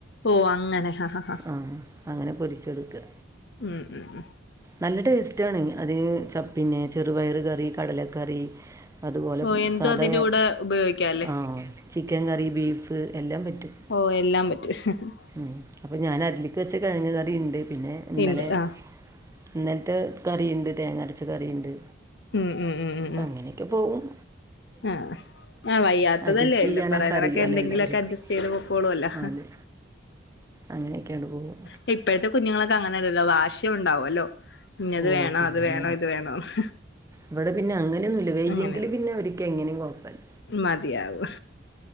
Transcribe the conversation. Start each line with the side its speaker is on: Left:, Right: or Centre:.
Left: ഓ അങ്ങനെ ഹ ഹ ഹ
Right: ആഹ് അങ്ങനെ പൊരിച്ചെടുക്കാ
Left: ഉം ഉം ഉം
Right: നല്ല ടേസ്റ്റാണ് അതിന് ച പിന്നെ ചെറുപയർ കറി കടലക്കറി അതുപോലെ
Left: ഓ എന്തും
Right: സാധാ
Left: അതിന്റെ
Right: ഏ
Left: കൂടെ ഉപയോഗിക്കാല്ലേ
Right: ആഹ ചിക്കൻ കറി ബീഫ് എല്ലാം പറ്റും
Left: ഓ എല്ലാം പറ്റും
Right: ഉം അപ്പൊ ഞാനതിലേക്ക് വച്ച കിഴങ്ങ് കറിണ്ട് പിന്നെ ഇന്നലെ
Left: ഇണ്ട് ആഹ്
Right: ഇന്നലത്തെ കറിയുണ്ട് തേങ്ങ അരച്ച കറിയുണ്ട്
Left: ഉം ഉം ഉം ഉം
Right: അപ്പം
Left: ഉം
Right: അങ്ങനെയൊക്കെ പോകും
Left: ആഹ് ആഹ വയ്യാത്തതല്ലേ
Right: അഡ്ജസ്റ്റ് ചെയ്യാനൊക്കെ
Left: ല്ലപറേന്നതൊക്കെ
Right: അറിയാലോ
Left: എന്തെങ്കിലുമൊക്കെ
Right: എല്ലാവരേക്കും
Left: അഡ്ജസ്റ്റ് ചെയ്ത് പോക്കോളൂല്ലോ
Right: അതെ അങ്ങനെയൊക്കെയാണ് പോകും
Left: ട് ഇപ്പോഴത്തെ കുഞ്ഞുങ്ങളൊക്കെ ങ്ങനെല്ലല്ലോ വശി ഉണ്ടാവുല്ലോ ഇന്നത്
Right: ഓ
Left: വേണോ
Right: പിന്നെ
Left: അത് വേണോ ഇത് വേണോന്ന്
Right: ഇവിടെ പിന്നെ അങ്ങനെയൊന്നുമില്ല വയ്യങ്കിൽ
Left: അങ്ങനെയൊന്നും
Right: പിന്നെ അവർക്ക് എങ്ങനിം കുഴപ്പമില്ല
Left: മതിയാവും